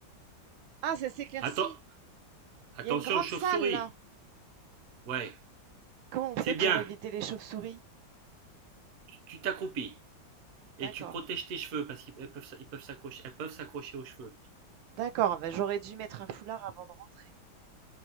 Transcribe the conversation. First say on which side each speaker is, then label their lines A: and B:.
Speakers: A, on the right; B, on the right.
A: Ah, ça s'éclaircit.
B: Atten-
A: Il
B: attention
A: y a une grande
B: aux chauves-souris.
A: salle là.
B: Ouais,
A: Comment on
B: c'est
A: fait
B: bien.
A: pour éviter les chauves-souris?
B: Tu tu t'accroupis et
A: D'accord.
B: tu protèges tes cheveux parce qu'ils elles peuvent, s- ils peuvent s'accrocher, elles peuvent s'accrocher aux cheveux.
A: D'accord, bah, j'aurais dû mettre un foulard avant de rentrer.